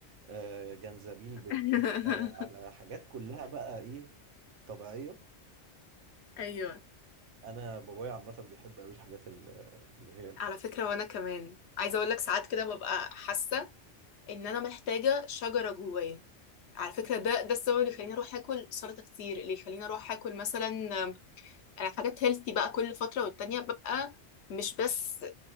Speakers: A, on the right; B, on the left.
A: آه، جنزبيل
B: <laughs>
A: بالقرفه على حاجات كلها بقى ايه طبيعيه
B: ايوه
A: انا بابايا عامه بيحب قوي الحاجات ال- اللي هي ال-
B: على فكرة وأنا كمان عايزة أقول لك ساعات كده ببقى حاسة إن أنا محتاجة شجرة جوايا على فكرة ده ده السبب اللي يخليني أروح آكل سلطة كتير اللي يخليني أروح آكل مثلا آم، حاجات هيلثي بقى كل فترة والتانية ببقى مش بس